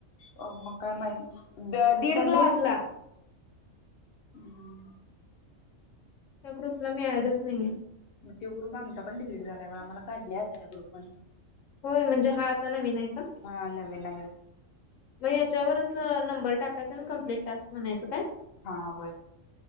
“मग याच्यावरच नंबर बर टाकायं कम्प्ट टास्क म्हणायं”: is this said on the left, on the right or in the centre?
Left